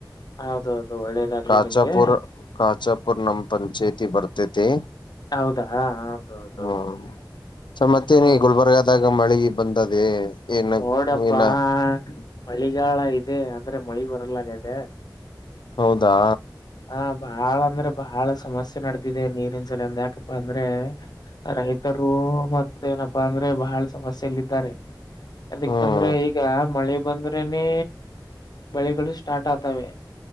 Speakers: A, on the left; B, on the left.
A: ಹೌದೌದು ಒಳ್ಳೇದಾಗ್ಲಿ
B: ಕಾಚಾಪುರ್
A: ನಿಮ್ಗೆ
B: ಕಾಚಾಪುರ್ ನಮ್ಮ ಪಂಚೆತಿ ವರ್ತತೆ
A: ಹೌದಾ ಹೌದೌದೌದು
B: ಹ್ಮ ಸ ಮತ್ತೆನ
A: ಹ್ಮ್
B: ಗುಲ್ಬರ್ಗದಾಗ <inaudible> ಈಗ ಮಳೆಗೆ ಬಂದದೆ ಏನ
A: ನೋಡಪ್ಪಾ
B: ಏನ
A: ಮಳಿಗಾಲ ಇದೆ ಅಂದ್ರೆ ಮಳಿ ಬರಲಗದೆ
B: ಹೌದಾ
A: ಹ ಬಾಳ ಅಂದ್ರೆ ಬಾಳ ಸಮಸ್ಯೆ ನಡತಿದೆ ನೀರಿನ್ ಸಲ ಅಿಂದ ಯಾಕಪ್ಪ ಅಂದ್ರೆ <unintelligible> ರೈತರು ಮತ್ತೇನಪ್ಪಾ ಅಂದ್ರೆ ಬಹಳ ಸಮಸ್ಯೆಲ್ಲ ಇದಾರೆ ಅದಕ್ಕಂದ್ರೆ
B: ಹ್ಮ್
A: ಈಗ ಮಳೆ ಬಂದ್ರನೇ ಬಳೆಗಳು ಸ್ಟಾರ್ಟ್ ಆತವೆ